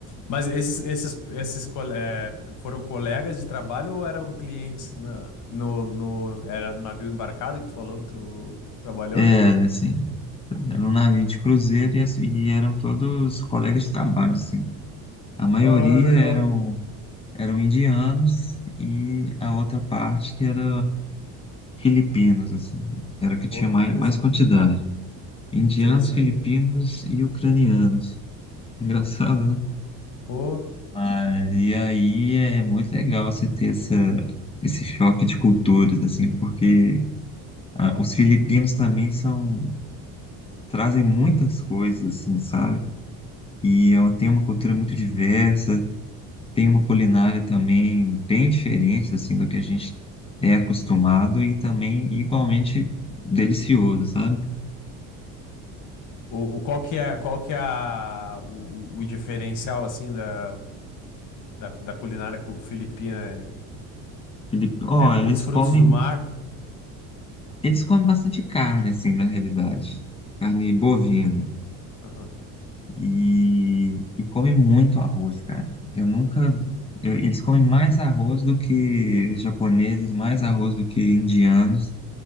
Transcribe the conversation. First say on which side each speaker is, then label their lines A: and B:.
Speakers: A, on the left (about 60°); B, on the left (about 15°).
A: Mas esses, esses, esses cole- eh, foram colegas de trabalho ou eram clientes na, no, no, era no navio embarcado que tu falou que tu trabalhou,
B: É,
A: né?
B: assim. Era um navio de cruzeiro e, as- e eram todos colegas de trabalho, assim. A maioria
A: Ah, legal.
B: eram, eram indianos e a outra parte que era filipinos, assim. Era o que
A: Pô,
B: tinha
A: que
B: mais,
A: interessante.
B: mais quantidade. Indianos,
A: Interessante.
B: filipinos e ucranianos. <laughs> Engraçado, né?
A: Pô,
B: Mas, e aí é muito legal você ter essa, esse choque de culturas, assim, porque ah, os filipinos também são, trazem muitas coisas, assim, sabe? E é uma- tem uma cultura muito diversa, tem uma culinária também bem diferente assim do que a gente é acostumado e também igualmente delicioso, sabe?
A: o, o, qual que é, qual que é a, o, o o diferencial, assim, da, da, da culinária cu- filipina?
B: Ele, ó,
A: É, é muitos
B: eles
A: frutos
B: comem,
A: do mar?
B: eles comem bastante carne assim na realidade, carne bovina
A: Aham.
B: e, e comem muito arroz, cara. Eu nunca eu- eles comem mais arroz do que japoneses, mais arroz do que indianos.